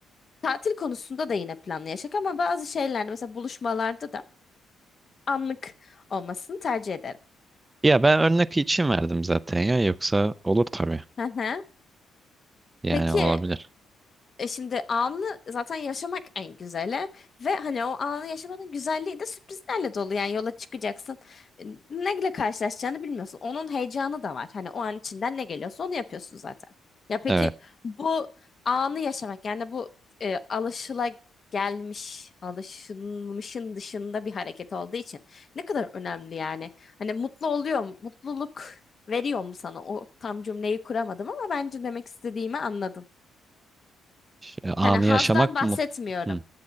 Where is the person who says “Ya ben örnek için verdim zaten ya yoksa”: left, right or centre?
Right